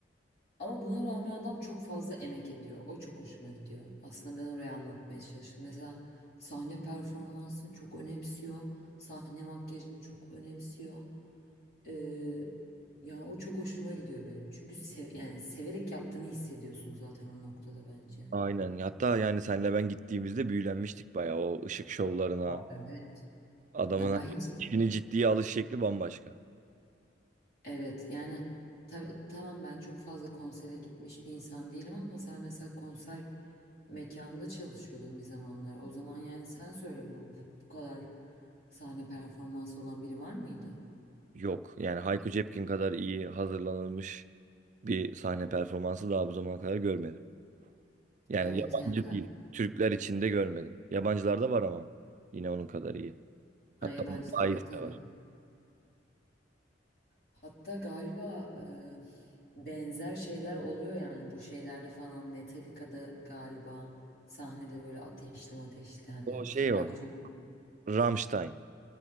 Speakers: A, on the left; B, on the right.
A: Ama buna rağmen adam çok fazla emek ediyor. O çok hoşuma gidiyor. Aslında ben oraya anlatmaya çalıştım. Mesela sahne performansını çok önemsiyor. Sahne makyajını çok önemsiyor. Eee ya o çok hoşuma gidiyor benim. Çünkü sev yani severek yaptığını hissediyorsun zaten o noktada bence.
B: Aynen. Hatta yani senle ben gittiğimizde büyülenmiştik bayağı o ışık şovlarına.
A: Ya evet.
B: Adamın
A: Ya ben hiç
B: işini ciddiye alış şekli bambaşka.
A: evet yani tab- tamam ben çok fazla konsere gitmiş bir insan değilim ama sen mesela konser mekanında çalışıyordun bir zamanlar. O zaman yani sen söyle bu, bu, bu kadar sahne performansı olan biri var mıydı?
B: Yok. Yani Hayko Cepkin kadar iyi hazırlanılmış bir sahne performansı daha bu zamana kadar görmedim. Yani
A: Evet
B: yabancı
A: yani ta-
B: değil. Türkler içinde görmedim. Yabancılarda var ama yine onun kadar iyi.
A: ha,
B: Hatta
A: yabancılarda
B: daha iyisi
A: tabii.
B: de var.
A: Hatta galiba e, benzer şeyler oluyor yani bu şeylerde falan Metallica'da galiba sahnede böyle ateşli ateşli hani
B: O şey
A: Hayko
B: o.
A: Cepkin
B: Rammstein.